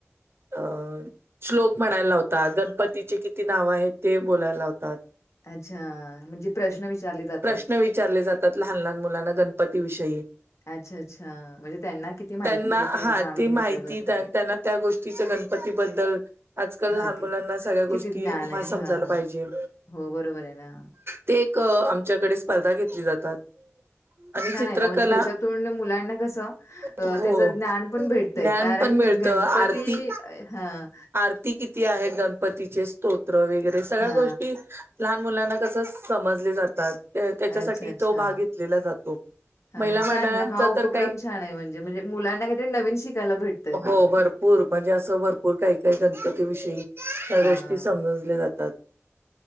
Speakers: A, on the right; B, on the left.
A: अ श्लोक. म्हणायला लावतात गणपतीचे किती नाव आहेत ते बोलायला लावतात.
B: अच्छा म्हणजे प्रश्न विचारले जातात.
A: प्रश्न विचारले जातात लहान लहान मुलांना गणपतीविषयी.
B: अच्छा अच्छा म्हणजे त्यांना किती माहिती
A: त्यांना
B: आहे ते
A: हा
B: जाणून
A: ती
B: घेतलं
A: माहिती
B: जातं.
A: त्यांना त्या गोष्टीच गणपतीबद्दल. आजकाल
B: हा
A: लहान
B: किती
A: मुलांना सगळ्या गोष्टी
B: किती ज्ञान आहे
A: म समजायला
B: हा
A: पाहिजे
B: हो बरोबर आहे ना.
A: ते एक आमच्याकडे स्पर्धा घेतली जातात. आणि
B: छान
A: चित्रकला
B: आहे ना म्हणजे त्याच्यातून मुलांना कसं अ
A: हो.
B: त्याचं ज्ञान पण भेटत.
A: ज्ञान
B: कारण
A: पण मिळतं
B: गणपती
A: आरती
B: हा.
A: आरती किती आहेत गणपतीचे स्तोत्र वगैरे सगळ्या
B: हा
A: गोष्टी. लहान मुलांना कसं समजली जातात त्याच्यासाठी
B: अच्छा अच्छा
A: तो भाग घेतलेला जातो.
B: हा
A: महिला मंडळांचा
B: छान म हा
A: तर
B: उपक्रम
A: काही
B: छान आहे म्हणजे म्हणजे मुलांना काहीतरी नवीन शिकायला भेट.
A: हो भरपूर म्हणजे असं भरपू भरपूर काही काही गणपतीविषयी त्या
B: हा
A: गोष्टी समजल्या जातात.